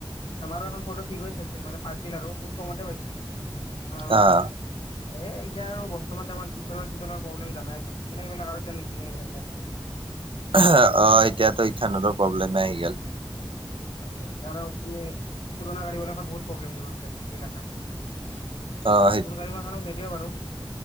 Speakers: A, on the left; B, on the right.
A: আমাৰো এখন ফটো ঠিক হৈ চাইছিল মানে পাইছিল আৰু বহুত কমতে পাইছিল। আ আ আ
B: অ'
A: ছি উ এ এতিয়া আৰু বৰ্তমান টাইমত ইথনেল-চিথনেল প্ৰব্লেম জানাই চোন সেইকাৰণে এইবিলাক আৰু এতিয়া নিকিনে এইবিলাক গাড়ী আৰু
B: আহ অ এতিয়াতো ইথানলৰ প্ৰব্লেম নাই আহি গল।
A: তাকে আৰু এনে পুৰণা গাড়ী বিলাকত বহুত প্ৰব্লেম দিব এইবিলাক। এইবিলাক আৰু
B: অ'
A: নতুন গাড়ী ম খানত নিদিয়া বাৰু।